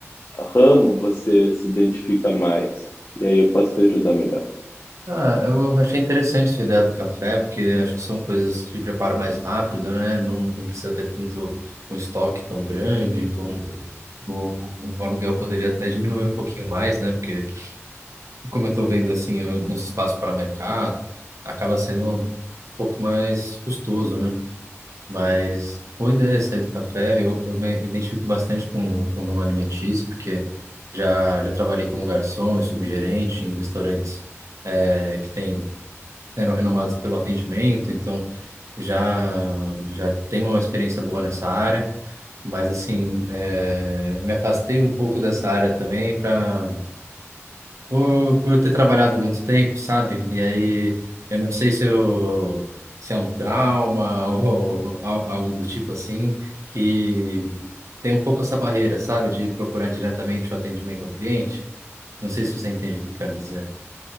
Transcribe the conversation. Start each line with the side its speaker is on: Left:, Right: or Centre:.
Left: ramo você se identifica mais. E aí eu posso te ajudar melhor.
Right: Ah, eu achei interessante essa ideia do café, porque acho que são coisas de preparo mais rápido, né? Não, não precisa ter tanto um estoque tão grande, então O, o aluguel poderia até diminuir um pouquinho mais, né? Porque, como eu estou vendo assim, uns espaços para mercado, acaba sendo um pouco mais custoso, né? Mas boa ideia essa aí do café. Eu, eu me identifico bastante com, com o ramo alimentício, porque já, já trabalhei como garçom e subgerente em restaurantes eh, que tem eram renomados pelo atendimento, então já já tenho uma experiência boa nessa área, mas assim, é, me afastei um pouco dessa área também para por, por eu ter trabalhado muito tempo, sabe? E aí eu não sei se eu se é um trauma <laughs> ou al- algo do tipo assim, que tem um pouco essa barreira, sabe, de procurar diretamente o atendimento ao cliente. Não sei se você entende o que eu quero dizer.